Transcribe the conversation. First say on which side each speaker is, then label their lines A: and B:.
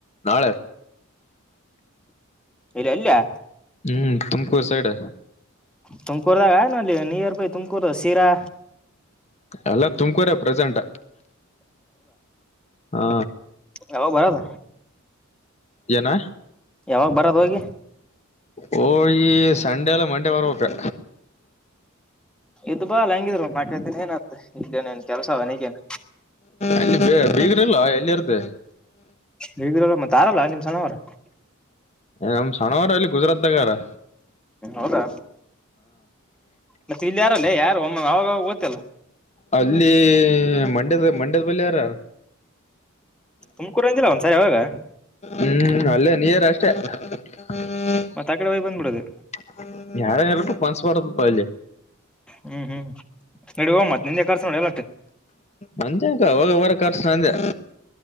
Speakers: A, on the left; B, in the centre.
A: ನಾಳಿ.
B: ಇಲಿ ಎಲ್ಲ್ಯಾ.
A: ಹ್ಮ್ ತುಮಕೂರ್ ಸೈಡ್.
B: ತುಮಕೂರ್ದಾಗ ಏನ್ ಅಲ್ಲಿ ನಿಯರ್ ಬೈ ತುಮಕೂರದಾಗ ಶೀರಾ.
A: ಎಲ್ಲ ತುಮಕೂರೆ ಪ್ರೆಸೆಂಟ್ ಹಾ.
B: ಯಾವ್ಗ ಬರದ.
A: ಏನ
B: ಯಾವಾಗ ಬರೋದು ಹೋಗಿ
A: ಹೋ ಇ ಸಂಡೇಲ್ಲ ಮಂಡೇ ಬರ ಓಕೆ.
B: ಇದ್ದ ಬಾ ಅಲ ಹೆಂಗಿದ್ದರು ಒಂದ್ ನಾಲ್ಕೈ ದಿನ ಏನತ್ತದ ಇಲ್ಲೇನ್ ಏನ್ ಕೆಲ್ಸ ಇಗೇನ್.
A: ಅಲ್ಲಿ ಬೀ ಬೀಗ್ರ ಇಲ್ಲೋ ಎಲ್ಲಿ ಇರ್ತಿ.
B: ಬೀಗ್ರ ಅಲ್ಲ ಮತ್ತ ಆರಲ್ಲ ನಿಮ್ ಸನ್ಣ ಅವ್ರ್.
A: ಏ ನಮ ಸಣವ್ರು ಅಲ್ಲಿ ಗುಜರಾತ್ದ ಆರಾ.
B: ಹೌದಾ ಮತ್ತೆ ಇಲ್ಲಿ ಯಾರಲ್ಲೇ ಯಾರ್ ಒಮ್ಮಅವಾಗ ಅವ್ಗ ಹೋತ್ಯಲ್ಲ.
A: ಅಲ್ಲಿ ಮಂಡ್ಯದ ಮಂಡ್ಯದ ಬಲ್ಲಿ ಆರಾ.
B: ತುಮಕೂರಂದಿಲ್ಲ ಒಂದ್ಸಾರಿ ಯಾವಾಗ.
A: ಹ್ಮ್ ಅಲ್ಲೇ ನೀಯರ್ ಅಷ್ಟೇ. <inaudible>
B: ಮತ್ತ ಅ ಕಡೆ ಹೋಗಿ ಬಂದ್ಬಿಡದ.
A: <unintelligible> ಅಲ್ಲಿ
B: ಹ್ಮ್ ಹ್ಮ್ ನಡಿ ಹೋಂ ಮತ್ತ ನಿಂದೆ ಖರ್ಚು ನೋಡ ಎಲ್ಲಟು.
A: ನಜೆಕ್ಕ ಹೋಗ ಹೋಗ ಬರದ ಖರ್ಚ್ ನಂದೆ.